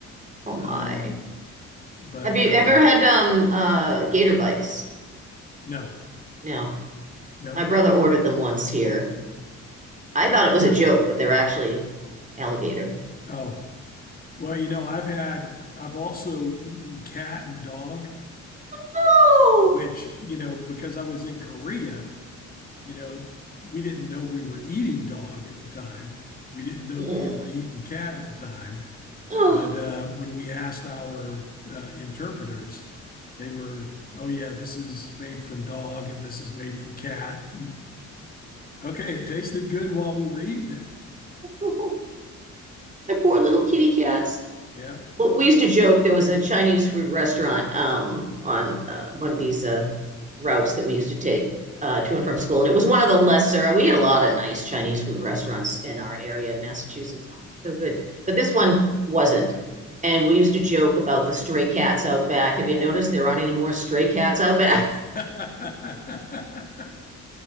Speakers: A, on the right; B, on the left.
A: Oh, my.
B: um, but
A: Have you
B: uh,
A: ever had um uh gator bites?
B: no,
A: No.
B: no.
A: My brother ordered them once here. I thought it was a joke, but they're actually alligator.
B: Oh, well, you know, I've had, I've also eaten cat and dog,
A: Oh,
B: which, you know, because I was in Korea, you know, we didn't know we were eating dog at the time. We didn't know
A: Mm.
B: that we were eating cat at the time.
A: oh,
B: But uh, when we asked our uh, interpreters, they were, oh, yeah, this is made from dog and this is made from cat. Okay, it tasted good while we were eating it.
A: <laughs> My poor little kitty cats.
B: Yeah.
A: Well, we used to joke there was a Chinese food restaurant um, on uh, one of these uh, routes that we used to take uh, to and from school, and it was one of the lesser. We had a lot of nice Chinese food restaurants in our area in Massachusetts. Oh, so good, but this one wasn't. And we used to joke about the stray cats out back. Have you noticed there aren't any more stray cats out back?
B: <laughs>